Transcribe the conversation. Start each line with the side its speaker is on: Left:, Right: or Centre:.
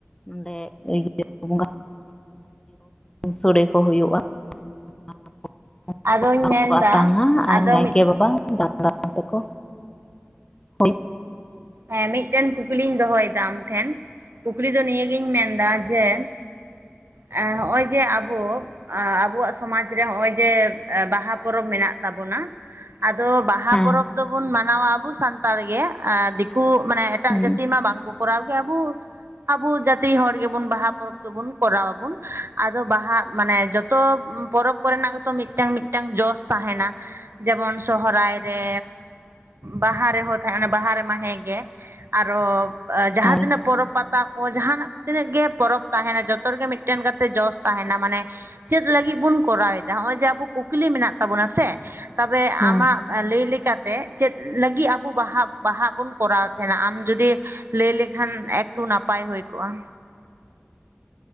Left: ᱚᱸᱰᱮ ᱤᱭᱟᱹ ᱵᱚᱸᱜᱟ ᱥᱚᱲᱮ ᱠᱚ ᱦᱩᱭᱩᱜᱼᱟ <unintelligible>
Right: ᱟᱫᱚᱧ ᱢᱮᱱᱫᱟ
Left: ᱠᱚ ᱟᱛᱟᱝᱟ ᱟᱨ
Right: ᱟᱫᱚ
Left: ᱱᱟᱭᱠᱮ
Right: ᱢᱤᱫ
Left: ᱵᱟᱵᱟ ᱫᱟᱬ ᱛᱮᱠᱚ ᱦᱳᱭ᱾
Right: ᱦᱮᱸ ᱢᱤᱫᱴᱮᱱ ᱠᱩᱠᱞᱤᱧ ᱫᱚᱦᱚᱭᱮᱫᱟ ᱟᱢᱴᱷᱮᱱ᱾ ᱠᱩᱠᱞᱤ ᱫᱚ ᱱᱤᱭᱟᱹᱜᱤᱧ ᱢᱮᱱᱫᱟ ᱡᱮ ᱦᱚᱸᱜ-ᱚᱸᱭ ᱡᱮ ᱟᱵᱚ ᱟᱵᱚᱣᱟᱜ ᱥᱚᱢᱟᱡ ᱨᱮ ᱱᱚᱜᱼᱚᱭ ᱡᱮ ᱵᱟᱦᱟ ᱯᱚᱨᱚᱵᱽ ᱢᱮᱱᱟᱜ ᱛᱟᱵᱚᱱᱟ ᱟᱫᱚ ᱵᱟᱦᱟ
Left: ᱦᱮᱸ
Right: ᱯᱚᱨᱚᱵᱽ ᱫᱚᱵᱩᱱ ᱢᱟᱱᱟᱣᱟ ᱟᱵᱩ ᱥᱟᱱᱛᱟᱲ ᱜᱮ ᱟᱨ ᱫᱤᱠᱩ ᱢᱟᱱᱮ ᱮᱴᱟᱜ
Left: ᱦᱩᱸ
Right: ᱡᱟᱹᱛᱤ ᱢᱟ ᱵᱟᱝ ᱠᱚ ᱠᱚᱨᱟᱣ ᱜᱮ ᱟᱵᱚ ᱟᱵᱚ ᱡᱟᱛᱤ ᱦᱚᱲ ᱜᱮᱵᱚᱱ ᱵᱟᱦᱟ ᱯᱚᱨᱚᱵᱽ ᱫᱚᱵᱩᱱ ᱠᱚᱨᱟᱣᱟᱵᱩᱱ ᱟᱫᱚ ᱵᱟᱦᱟ ᱢᱟᱱᱮ ᱡᱚᱛ ᱛᱚ ᱯᱚᱨᱚᱵᱽ ᱠᱚᱨᱮᱱᱟᱜ ᱜᱮᱛᱚ ᱢᱤᱫᱴᱟᱝ ᱢᱤᱫᱴᱟᱝ ᱡᱚᱥ ᱛᱟᱦᱮᱱᱟ ᱡᱮᱢᱚᱱ ᱥᱚᱦᱨᱟᱭ ᱨᱮ ᱵᱟᱦᱟ ᱨᱮᱦᱚᱸ ᱛᱟᱦᱮᱸ ᱵᱟᱦᱟ ᱨᱮ ᱢᱟ ᱦᱮᱸ ᱜᱮ᱾ ᱜᱮ ᱟᱨᱚ ᱡᱟᱦᱟᱸ
Left: ᱦᱮᱸ
Right: ᱛᱤᱱᱟᱹᱜ ᱯᱚᱨᱚᱵᱽ ᱯᱟᱛᱟ ᱠᱚ ᱡᱟᱦᱟᱱᱟᱜ ᱛᱤᱱᱟᱹᱜ ᱜᱮ ᱯᱚᱨᱚᱵᱽ ᱛᱟᱦᱮᱱᱟ ᱡᱚᱛᱚ ᱨᱮᱜᱮ ᱢᱤᱫ ᱴᱮᱱ ᱠᱟᱛᱮ ᱡᱚᱥ ᱛᱟᱦᱮᱱᱟ ᱢᱟᱱᱮ ᱪᱮᱫ ᱞᱟᱹᱜᱤᱫ ᱵᱚᱱ ᱠᱚᱨᱟᱣᱮᱫᱟ? ᱱᱚᱜᱼᱚᱭ ᱡᱮ ᱟᱵᱚ ᱠᱩᱠᱞᱤ ᱢᱮᱱᱟᱜ ᱛᱟᱵᱚᱱᱟ ᱥᱮ ᱛᱚᱵᱮ
Left: ᱦᱮᱸ
Right: ᱟᱢᱟᱜ ᱞᱟᱹᱭ ᱞᱮᱠᱟᱛᱮ ᱪᱮᱫ ᱞᱟᱹᱜᱤᱫ ᱟᱵᱚ ᱵᱟᱦᱟ ᱵᱟᱦᱟ ᱵᱚᱱ ᱠᱚᱨᱟᱣ ᱛᱟᱦᱮᱱᱟ ᱟᱢ ᱡᱩᱫᱤ ᱞᱟᱹᱭ ᱞᱮᱠᱷᱟᱱ ᱮᱠᱴᱩ ᱱᱟᱯᱟᱭ ᱦᱩᱭ ᱠᱚᱜᱼᱟ